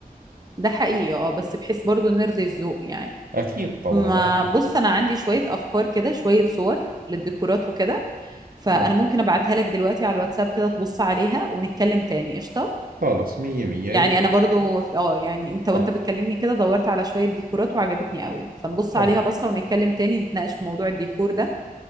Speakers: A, on the right (about 25°); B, on the right (about 70°).
A: ده حقيقي اه بس بحيث برضو نرضي الذوق يعني
B: أكيد طبعا
A: ما
B: أكيد
A: بص انا عندي شويه افكار كده شويه صور للديكورات وكده فانا
B: آه
A: ممكن ابعتها لك دلوقتي على الواتساب كده تبص عليها ونتكلم تاني قشطه
B: خلص مية مية
A: يعني
B: أيوة
A: انا برضو اه يعني انت وانت
B: صح
A: بتكلمني كده دورت على شويه ديكورات وعجبتني قوي فنبص
B: آه.
A: عليها بصه ونتكلم تاني نتناقش في موضوع الديكور ده